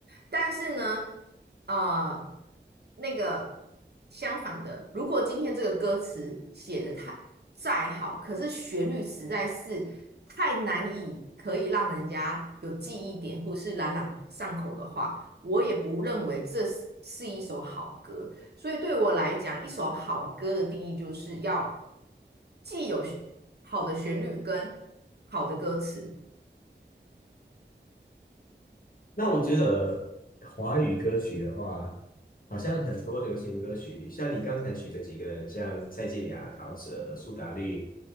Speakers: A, on the right (about 60°); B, on the left (about 50°).
A: 但是呢，呃，那个相反的，如果今天这个歌词写的太再好，可是旋律实在是太难以可以让人家有记忆点或是朗朗上口的话，我也不认为这是是一首好歌。所以对我来讲，一首好歌的定义就是要既有旋好的旋律跟好的歌词。
B: 那我觉得华语歌曲的话，好像很多流行歌曲，像你刚才举的几个人，像蔡健雅、陶喆、苏打绿，